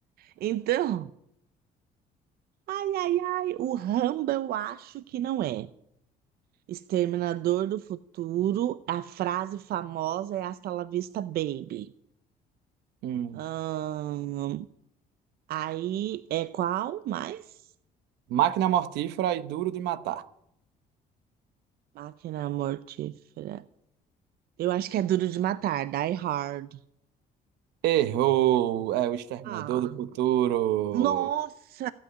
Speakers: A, on the right; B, on the right.
A: Então, ai, ai, ai, o Rambo eu acho que não é. Exterminador do Futuro, a frase famosa é Hasta la vista, baby.
B: <laughs>
A: Ahn, aí é qual mais?
B: Máquina Mortífera e Duro de Matar.
A: Máquina Mortífera. Eu acho que é Duro de Matar, Die Hard.
B: Errou! É o Exterminador
A: Ah,
B: do Futuro.
A: nossa!